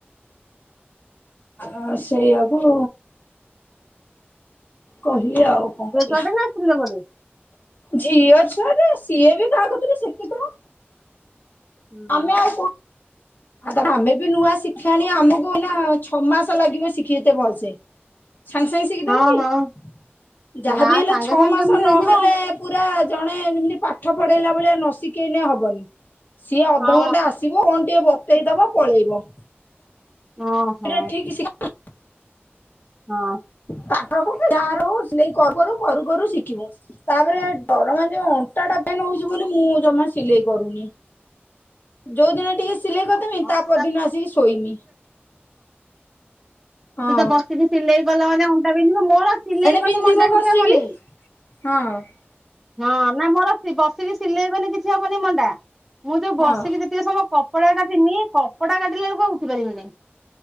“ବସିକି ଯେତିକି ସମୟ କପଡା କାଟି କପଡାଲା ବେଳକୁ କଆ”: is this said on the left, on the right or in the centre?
Centre